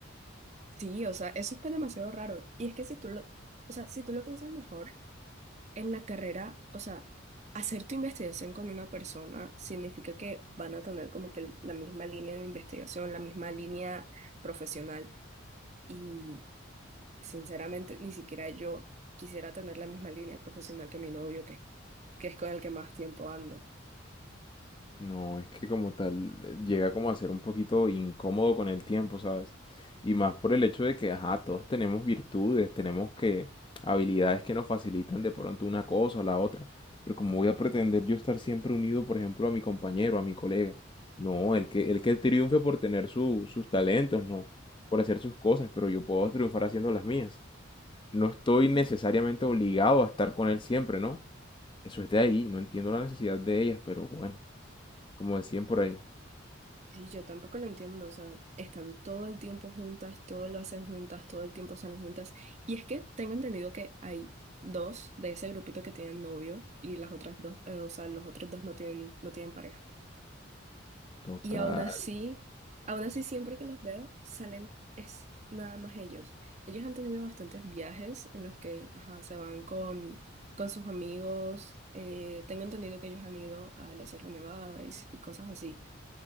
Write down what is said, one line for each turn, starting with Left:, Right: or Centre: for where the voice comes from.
Right: sí, o sea, eso es pues demasiado raro. Y es que si tú lo, o sea, si tú lo piensas mejor. en la carrera, o sea, hacer tu investigación con una persona significa que van a tener como que la misma línea de investigación, la misma línea profesional. Y sinceramente, ni siquiera yo quisiera tener la misma línea profesional que mi novio, que, que es con el que más tiempo ando.
Left: No, es que como tal eh, llega como a ser un poquito incómodo con el tiempo, ¿sabes? Y más por el hecho de que, ajá, todos tenemos virtudes, tenemos que habilidades que nos facilitan de pronto una cosa o la otra. Pero como voy a pretender yo estar siempre unido, por ejemplo, a mi compañero, a mi colega. No, el que, el que triunfe por tener su- sus talentos, no, por hacer sus cosas, pero yo puedo triunfar haciendo las mías. no estoy necesariamente obligado a estar con él siempre, ¿no? Eso es de ahí, no entiendo la necesidad de ellas, pero bueno, como decían por ahí,
Right: Y yo tampoco lo entiendo, o sea, están todo el tiempo juntas, todo lo hacen juntas, todo el tiempo salen juntas. Y es que tengo entendido que hay dos de ese grupito que tienen novio y las otras dos, eh, o sea, los otros dos no tienen, no tienen pareja.
Left: total,
Right: Y aún así, aún así siempre que los veo, salen es nada más ellos. Ellos han tenido bastantes viajes en los que, ajá, se van con, con sus amigos. eh, tengo entendido que ellos han ido a la Sierra Nevada y s- y cosas así.